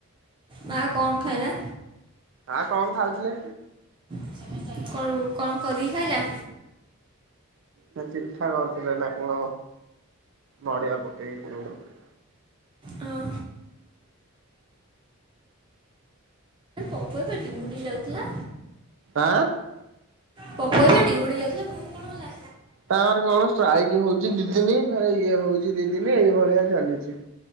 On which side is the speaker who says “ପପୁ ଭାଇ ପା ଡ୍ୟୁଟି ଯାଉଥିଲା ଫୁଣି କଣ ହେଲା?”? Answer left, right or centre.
Right